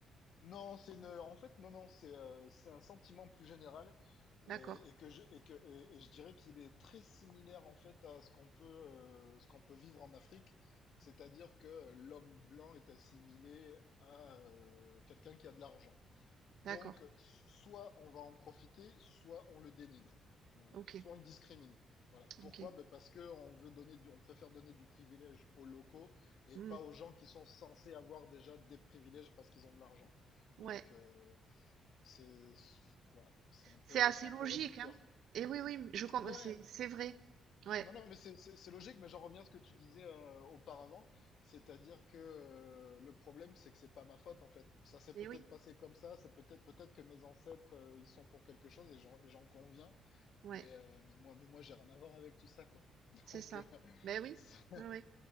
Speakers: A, on the left; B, on the right.
A: Non, c'est une, en fait, non, non, c'est euh, c'est un sentiment plus général et,
B: D'accord,
A: et que je, et que, et, et je dirais qu'il est très similaire en fait à ce qu'on peut, euh, ce qu'on peut vivre en Afrique, c'est-à-dire que l'homme blanc est assimilé à euh, quelqu'un qui a de l'argent. Donc,
B: d'accord,
A: soit on va en profiter, soit on le dénigre. Voilà.
B: OK,
A: Soit on le discrimine. Voilà.
B: OK.
A: Pourquoi? Ben parce que on veut donner du- on préfère donner du privilège aux locaux et
B: Mmh,
A: pas aux gens qui sont censés avoir déjà des privilèges parce qu'ils ont de l'argent. Donc,
B: ouais.
A: euh, c'est, voilà. C'est un peu,
B: C'est assez
A: c'est un
B: logique,
A: peu réducteur,
B: hein?
A: quoi.
B: Et oui, oui, je com-
A: Ouais.
B: c'est c'est vrai. Ouais.
A: Non, non, mais c'est c'est- c'est logique, mais j'en reviens à ce que tu disais euh, auparavant, c'est-à-dire que euh, le problème, c'est que c'est pas ma faute en fait. Ça s'est
B: Et
A: peut-être
B: oui,
A: passé comme ça, c'est peut-être peut-être que mes ancêtres euh, ils sont pour quelque chose et j'en et j'en conviens,
B: ouais,
A: mais euh, mais moi mais moi j'ai rien à voir avec tout ça quoi. <laughs>
B: c'est
A: Donc
B: ça.
A: euh,
B: Ben oui,
A: c'est
B: ouais, ouais,